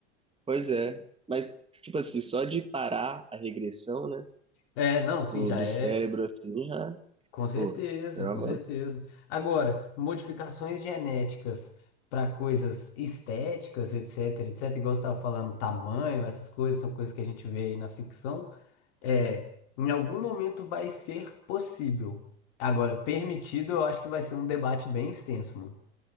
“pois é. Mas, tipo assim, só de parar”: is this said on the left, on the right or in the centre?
Right